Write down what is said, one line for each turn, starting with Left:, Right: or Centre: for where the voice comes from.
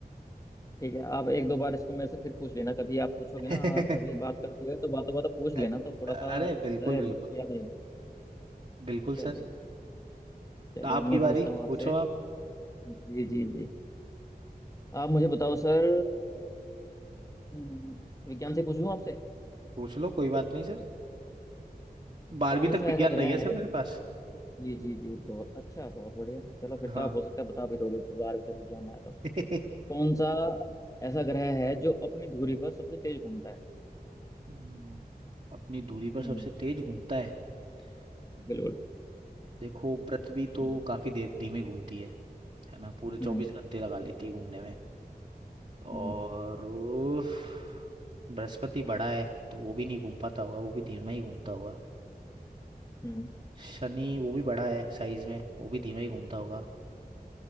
Left: ठीक है आप एक दो बार इसको मेरे से फिर पूछ लेना कभी आप पूछोगे
Right: <laughs>
Left: ना कभी बात करते हुए तो बातों बातों पूछ लेना
Right: वाह
Left: तो थोड़ा सा
Right: अरे
Left: अ,
Right: बिल्कुल
Left: याद
Right: बिल्कुल
Left: रहेगा
Right: बिल्कुल
Left: चलिए
Right: सर
Left: चलिए
Right: आपकी
Left: अब मैं
Right: बारी
Left: पूछता हूँ आपसे
Right: पूछो आप
Left: जी जी जी आप मुझे बताओ सर हम्म, विज्ञान से पूछूं आपसे
Right: पूछ लो कोई बात नहीं सर बारहवीं
Left: कौन
Right: तक
Left: सा
Right: विज्ञान
Left: ऐसा ग्रह
Right: रही है सर
Left: है
Right: मेरे पास
Left: जी जी जी बहुत अच्छा बहुत बढ़िया चलो फिर तो
Right: हाँ
Left: आप हो सकता है बता भी दोगे फिर बारहवीं तक विज्ञान में आया तो
Right: <laughs>
Left: कौन सा ऐसा ग्रह है जो अपनी धुरी पर सबसे तेज घूमता है
Right: हम्म, अपनी दूरी पर
Left: हम्म
Right: सबसे तेज घूमता है हम्म,
Left: बिल्कुल
Right: देखो पृथ्वी तो
Left: हम्म
Right: काफी देर धीमे घूमती है है ना पूरे चौबीस
Left: हम्म
Right: घंटे लगा लेती है घूमने में और
Left: हम्म
Right: उफ, बृहस्पति बड़ा है तो वो भी नहीं घूम पाता होगा वो भी धीमा ही घूमता होगा
Left: हम्म
Right: शनि वो भी बड़ा है साइज में वो भी धीमा ही घूमता होगा